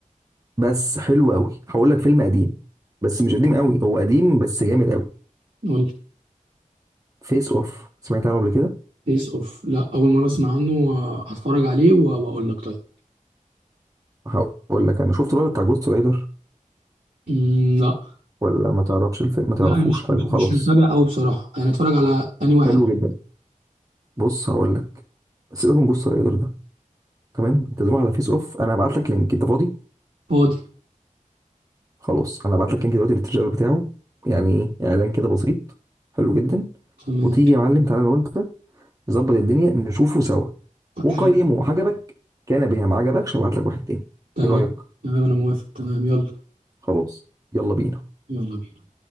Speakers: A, on the right; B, on the right.
A: بس حلو قوي هقول لك فيلم قديم بس مش قديم قوي هو قديم بس جامد قوي
B: قول لي
A: فيس اوف سمعت عنه قبل كده
B: فيس اوف لا اول مره اسمع عنه هتفرج عليه و- واقول لك طيب
A: هقول لك انا شفت الولد بتاع جوست رايدر
B: مم، لا
A: ولا ما تعرفش الفيلم ما تعرفوش
B: لا انا مش
A: حلو
B: مش
A: خلاص
B: مش متابع قوي بصراحه يعني اتفرج على اني واحد
A: حلو جدا بص هقول لك سيبك من جوست رايدر ده تمام انت تروح على فيس اوف انا هبعت لك لينك انت فاضي
B: فاضي
A: خلاص انا هبعت لك لينك دلوقتي للتريلر بتاعه يعني ايه اعلان كده بسيط حلو جدا
B: تمام
A: وتيجي يا معلم تعالى لو انت نظبط الدنيا نشوفه سوا
B: طب
A: ونقيمه
B: حلو
A: عجبك كان بها ما عجبكش هبعت لك واحد تاني
B: تمام
A: ايه رايك
B: تمام انا موافق تمام يلا
A: خلاص يلا بينا
B: يلا بينا